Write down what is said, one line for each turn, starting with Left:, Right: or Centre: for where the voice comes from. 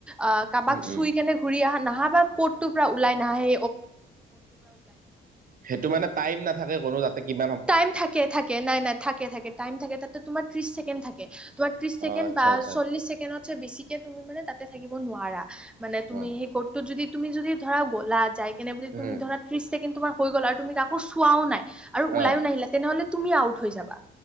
Centre: অ কাবাক
Right: উম,
Centre: চুই
Right: উম,
Centre: কেনে ঘুৰি আহা। নাহাব বাা ক'ত তটো পৰা ওলাই নাহে
Right: সেইটো মানে টাইম নাথাকে কোনো যাতে কা
Centre: টাইম থাকে থাকে নাই নাই থাকে থাকে টাইম থাকে তাতে তোমাৰ ত্ৰিশ ছেকেণ্ড থাকে। তোমাৰ ত্ৰিশ ছেকেণ্ড
Right: অ', আচ্ছা,
Centre: বা
Right: আচ্ছা
Centre: চল্লিশ ছেকেণ্ডত বেছিকে তুমি মে তাতে থাকিব নোৱাৰা। মানে
Right: অ',
Centre: তুমি সেই ক'তটো যদি তুমি যদি ধৰা গ'লা যায়। কেনে বুলি
Right: উম,
Centre: তুমি ধৰা ত্ৰিছ কিন্তু তোমাৰ হৈ গ'ল আৰু তুমি কাকো চোৱাও নাই। আৰু
Right: অ',
Centre: ওলাইও নাহিলে তেনেহ'লে তুমি আউট হৈ যাবা।